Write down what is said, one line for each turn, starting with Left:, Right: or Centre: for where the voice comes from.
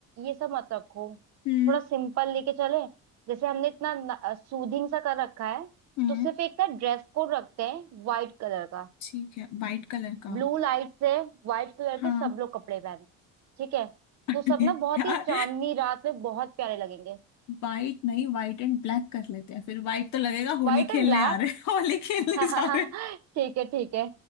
Right: ये सब मत रखो
Left: हम्म
Right: थोड़ा सिंपल लेके चले जैसे हमने इतना सूदिंग सा कर रखा है
Left: हम्म
Right: तो सिर्फ एक ना ड्रेस कोड रखते हैं व्हाइट कलर का
Left: ठीक है वाइट कलर का
Right: ब्लू लाइट से व्हाइट कलर
Left: हाँ
Right: के सब लोग कपड़े पहने ठीक है
Left: <laughs>
Right: तो सब ना बहुत
Left: यार
Right: ही चांदनी रात में बहुत प्यारे लगेंगे
Left: वाइट नहीं वाइट एंड ब्लैक कर लेते हैं फिर वाइट तो लगेगा होली
Right: व्हाइट एंड
Left: खेलने
Right: ब्लैक
Left: आ रहे <laughs> होली खेलने
Right: <laughs>
Left: जा रहे
Right: ठीक है ठीक है